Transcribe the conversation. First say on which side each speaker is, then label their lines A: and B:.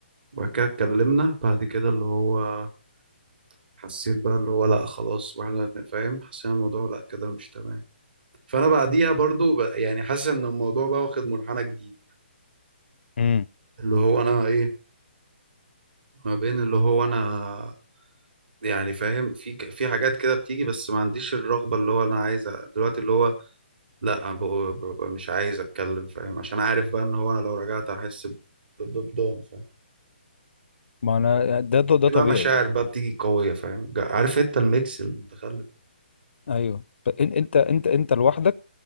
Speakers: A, on the right; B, on the left.
A: وبعد كده اتكلمنا بعد كده اللي هو حسيت بقى اللي هو لا خلاص واحنا فاهم حسينا الموضوع لا كده مش تمام فانا بعديها برضو ب- يعني حاسس ان الموضوع بقى واخد منحنى جديد
B: امم
A: اللي هو انا ايه ما بين اللي هو انا يعني فاهم في ك- في حاجات كده بتيجي بس ما عنديش الرغبة اللي هو انا عايزها دلوقتي اللي هو لا أنا ببقى ببقى مش عايز اتكلم فاهم عشان عارف بقى ان هو انا لو رجعت هحس ب- ب- بضم فاهم
B: ما انا ده ده ده
A: في
B: طبيعي
A: بقى مشاعر
B: بقى.
A: بقى بتيجي قوية فاهم جا- عارف انت الميكس المتخلف
B: ايوه ب- إن- انت انت انت لوحدك